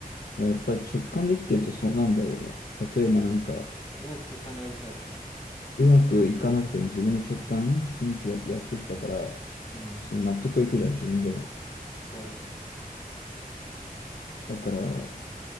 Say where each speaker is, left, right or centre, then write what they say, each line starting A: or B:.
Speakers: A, on the left; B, on the left.
A: ややっぱり直感できてるとそうなんだろうね。例えばなんか、
B: それは直感大事さだよね。
A: うまくいかなくても自分の直感、信じてや、やってきたから、
B: うん、
A: その納得いくじゃん、自分でも。
B: そうだね。
A: だから、